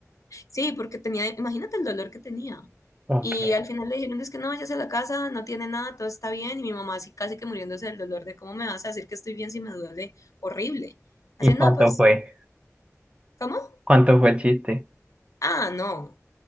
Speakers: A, on the left; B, on the right.
A: Sí, porque tenía, imagínate el dolor que tenía.
B: Ok.
A: Y al final le dijeron, es que no, vayas a la casa, no tiene nada, todo está bien. Y mi mamá así casi que muriéndose del dolor de, ¿cómo me vas a decir que estoy bien si me duele horrible? Así,
B: ¿Y cuánto
A: no, pues,
B: fue?
A: ¿cómo?
B: ¿Cuánto fue el chiste?
A: Ah, no,